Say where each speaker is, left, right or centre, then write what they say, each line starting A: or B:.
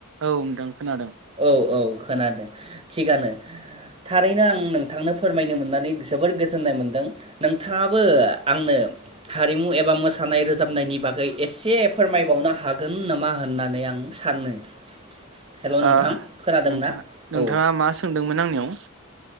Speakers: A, on the right; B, on the right.
A: औ नोंथां खोनादों।
B: औ औ खोनादों थिगानो थारैनो आं नोंथांनो फोरमायनो मोननानै जोबोर गोजोननाय मोन्दों नोंथाङाबो आंनो हारिमु एबा मोसानाय रोजाबनायनि बागै एसे फोरमायबावनो हागोन नामा होननानै आं सानो। हेल' नोंथां
A: ओह
B: खोनादोंना
A: नोंथां नोंथाङा
B: औ
A: मा सोंदोंमोन आंनियाव?